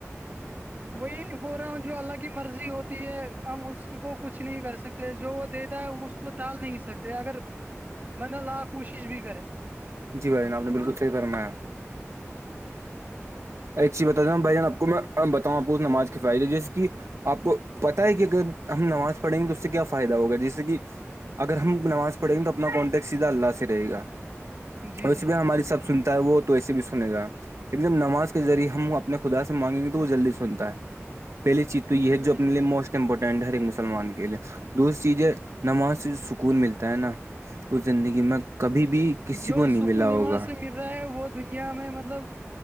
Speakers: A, on the right; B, on the right.
A: وہی بول رہا ہوں جو اللہ کی مرضی ہوتی ہے ہم اس کو کچھ نہیں کر سکتے جو وہ اس کو ٹال نہیں سکتے اگر بندہ لا کوشش بھی کرے
B: جی بھائی آپ نے بالکل صحیح فرمایا ایک چیز بتااتے ہ بھائی جان آپ کو میں بتاؤں آپور نماز کے فائدے جیے کہ آپ کو پتا ہے کہ اگر ہم نماز پڑھیں گے تو اس سے کیا فائدہ ہوگا جیسے کہ اگر ہم نماز پڑھیں گے تو اپنا کانٹیکٹ سیدھا اللہ سے رہے گا
A: جی
B: ویسے
A: جی
B: بھی ہماری سب سنتا ہے وہ تو ویسے بھی سنے گا ایک دم نماز ذریعے ہم اپنے خدا سے مانگیں گے تو وہ جلدی سنتا ہے پہلی چیز تو یہ
A: جی
B: ہے
A: بھائی
B: جو اپنے
A: جان
B: لیے موسٹ امپورٹینٹ ہے ہر ایک مسلمان کے لیے دوسری چیز ہے نماز سے جو سکون ملتا ہے نا اس زندگی میں کبھی بھی کسی
A: جو
B: کو نہیں
A: سکون
B: ملا
A: نماز
B: ہوگا
A: سے رہا وہ دنیا میں مطلب